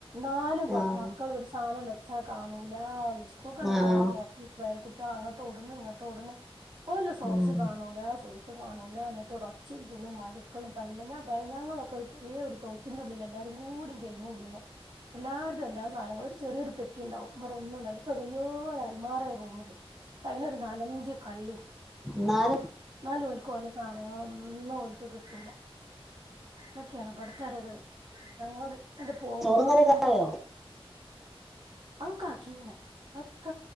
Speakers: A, on the right; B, in the centre.
A: നാലും മക്ക്
B: ആഹ്
A: മക്കൾ ഒരു സാധനം വെച്ചാൽ കാണൂല ഇ സ്കൂൾ കണ്ടു
B: ആഹ്
A: പോണ നേര്ത്ത് പേരകുട്ട്യാളെ അങ്ങോട്ടുട്ണ് ഇങ്ങട്ടുട്ണ്. ഓല സോസ്
B: ഉം
A: കാണൂല സുസ് കാണൂല എന്നിട്ട്ട ച്ചിം പുള്ളീം മാര്യക്കളും തല്ല് ഞാ പറയും ങ്ങളൊക്കൊരു. ഈ ഒരു തൊയ്ത്തിന്റുള്ളിൽ എല്ലാരും കൂടി കഴിഞ് കുടിന്. എല്ലാർതും എല്ലാ സാധനങ്ങളും ഒരു ചെറിയൊരു പെട്ടിണ്ടാവും വേറൊന്നുണ്ടാവൂല ഇപ്പൊ വെല്യൊരു അൽമാറൊരു റൂമില്. അയ്നൊരു നാലഞ്ച് കള്ളീം.
B: ന്നാലും.
A: ലും ഓൽക്കൊലെ സാധനങ്ങള്ളൊന്നും ഒൽക്ക് കിട്ടൂല. ഇതക്കെണ് ഇബട്തോരോരൊ ഞങ്ങളക്കങ്ങട്ട് പൊമ്പോത്തിന്
B: ചോറും കറിയൊക്കെ
A: ഒര്
B: ആയോ
A: ആ ക്കാകീം ണ് ആക്ക.